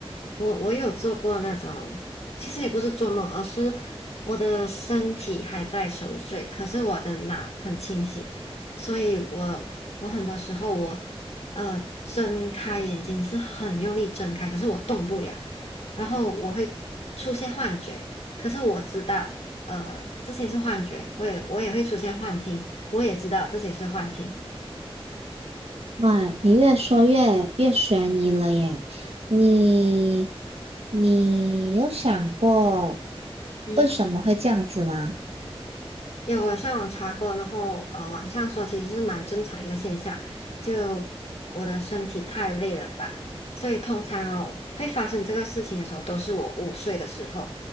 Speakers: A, on the left; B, on the right.
A: 我我有做过那种，其实也不是做梦，而是我的身体还在熟睡，可是我的脑很清醒，所以我我很多时候我呃睁开眼睛是很用力睁开，可是我动不了。然后我会出现幻觉，可是我知道，呃，这些是幻觉，我也我也会出现幻听，我也知道这些是幻听。
B: 哇，你越说越越悬疑了耶！你你有想过
A: 嗯。
B: 为什么会这样子吗？
A: 有，我上网查过，然后呃，网上说其实是蛮正常一个现象，就我的身体太累了吧，所以通常哦会发生这个事情的时候，都是我午睡的时候，